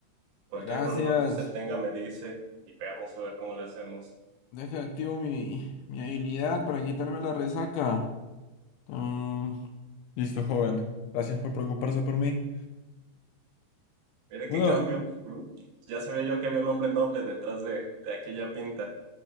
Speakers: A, on the right; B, on the left.
A: Cualquier
B: gracias.
A: problema que usted tenga me dice y veamos a ver cómo le hacemos.
B: Deja activo mi, mi habilidad para quitarme la resaca. Mm, listo, joven. Gracias por preocuparse por mí.
A: Mire qué
B: Bueno,
A: cambio. ¿m? Ya sabía yo que había un hombre noble detrás de, de aquella pinta.